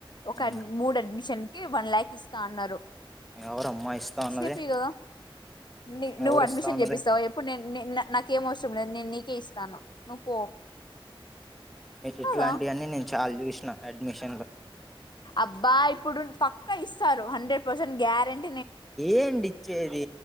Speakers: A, on the left (about 55°); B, in the centre.
A: ఒక
B: ఆ
A: మూడు అడ్మిషన్ కి వన్ ల్యాక్ ఇస్ తన్నారు
B: ఎవరమ్మా ఇస్తా ఉన్నది
A: చెపియ్ కదా. నీ నువ్వు
B: ఎవరు
A: అడ్మిషన్
B: ఇస్తా ఉన్నది
A: చేపిస్తావ చెప్పు నేన్ నెన్ నా నాకేం అవసరం లేదు నేను నీకే ఇస్తాను నువ్వు పో
B: నిక్
A: కదా
B: ఇట్లాంటివన్నీ నేన్ చల్ చూసిన అడ్మిషన్లు
A: అబ్బా ఇప్పుడు పక్క ఇస్తారు హండ్రెడ్ పర్సెంట్ గ్యారెంట్
B: ఏండి ఇచ్చేది